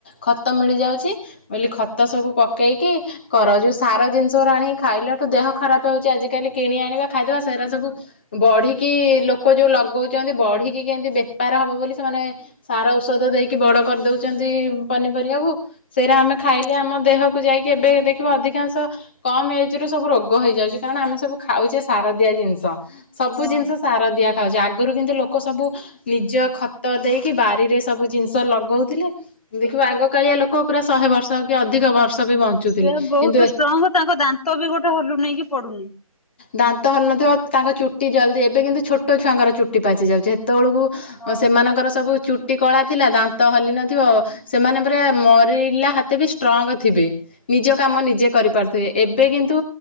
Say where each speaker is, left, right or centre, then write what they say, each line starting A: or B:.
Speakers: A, on the left (about 20°); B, on the left (about 85°).
A: ଖତ ମିଳିଯାଉଛି ବୋଲି ଖତ ସବୁ ପକେଇକି କର, ଯୋଉ ସାର ଜିନିଷ ଆଣିିକ ଖାଇଲାଠୁ ଦେହ ଖରାପ ହଉଛି, ଆଜିକାଲି କିଣି ଆଣିବା ଖାଇଦବା
B: ହୁଁ
A: ସେରା
B: ହୁଁ।
A: ସବୁ ବଢିକି ଲୋକ ଯୋଉ ଲଗଉଛନ୍ତି ବଢିକି କେମତି ବେପାର ହବ ବୋଲି ସେମାନେ ସାର ଔଷଧ ଦେଇକି ବଡ କରିଦଉଛନ୍ତି ପନିପରିବାକୁ। ସେଇରା ଆମେ ଖାଇଲେ ଆମ ଦେହକୁ ଯାଇକି ଏବେ ଦେଖିବ ଅଧିକାଂଶ କମ ଏଜରେ ସବୁ ରୋଗ ହେଇଯାଉଛି, କାରଣ ଆମେ ସବୁ ଖାଉଛେ ସାର ଦିଆ ଜିନିଷ। ସବୁ
B: ହଁ
A: ଜିନିଷ ସାର ଦିଆ। ଖାଉଛି। ଆଗରୁ କିନ୍ତୁ ଲୋକ ସବୁ ନିଜ ଖତ ଦେଇକି ବାରିରେ ସବୁ ଜିନିଷ ଲଗଉ ଥିଲେ। ଦେଖିବା ଆଗ କାଳିଆ ଲୋକ ପୁରା ଶହେ ବର୍ଷ କି ଅଧିକ ବର୍ଷ ବି ବଞ୍ଚୁଥିଲେ
B: ସେ ବହୁତ
A: କିନ୍ତୁ
B: ଷ୍ଟ୍ରଙ୍ଗ ତାଙ୍କ ଦାନ୍ତ ବି ଗୋଟେ ହଲୁନି ନେଇକି ପଡୁନି।
A: ଦାନ୍ତ ହଲୁ ନଥିବ, ତାଙ୍କ ଚୁଟି ଜଲ୍ଦି ଏବେ କିନ୍ତୁ ଛୋଟ ଛୁଆଙ୍କର ଚୁଟି ପାଚିଯାଉଛି। ହେତେବେଳକୁ
B: ଓ
A: ଅଁ ସେମାନଙ୍କର ସବୁ ଚୁଟି କଳା ଥିଲା ଦାନ୍ତ ହଲି ନ ଥିବ। ସେମାନେ ପୁରା ମରିଲା ହାତେ ବି ଷ୍ଟ୍ରଙ୍ଗ ଥିବେ। ନିଜ କାମ ନିଜେ କରିପାରୁଥିବେ। ଏବେ କିନ୍ତୁ